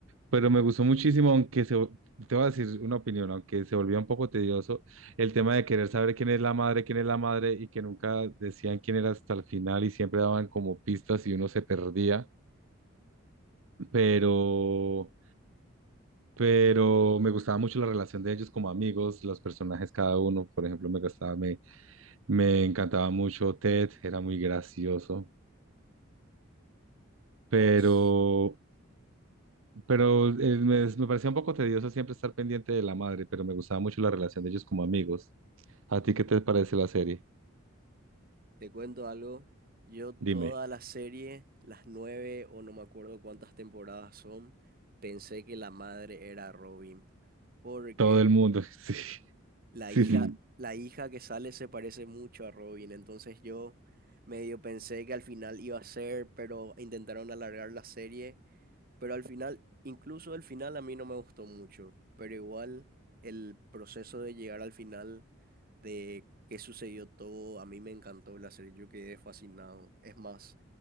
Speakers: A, on the right; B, on the right.
A: pero me gustó muchísimo, aunque se, vo- te voy a decir una opinión, aunque se volvió un poco tedioso el tema de querer saber quién es la madre, quién es la madre y que nunca decían quién era hasta el final y siempre daban como pistas y uno se perdía, pero... Pero me gustaba mucho la relación de ellos como amigos, los personajes cada uno, por ejemplo, me gustaba, Me encantaba mucho Ted, era muy gracioso,
B: Nos,
A: pero, pero eh, me, me parecía un poco tedioso siempre estar pendiente de la madre, pero me gustaba mucho la relación de ellos como amigos. ¿A ti qué te parece la serie?
B: te cuento algo. Yo toda
A: Dime.
B: la serie, las nueve o no me acuerdo cuántas temporadas son, pensé que la madre era Robin. Porque
A: Todo el mundo, <laughs> sí,
B: La
A: sí,
B: hija,
A: sí,
B: la hija que sale se parece mucho a Robin, entonces yo medio pensé que al final iba a ser, pero intentaron alargar la serie, pero al final, incluso el final a mí no me gustó mucho, pero igual el proceso de llegar al final de qué sucedió todo, a mí me encantó la serie, yo quedé fascinado. Es más,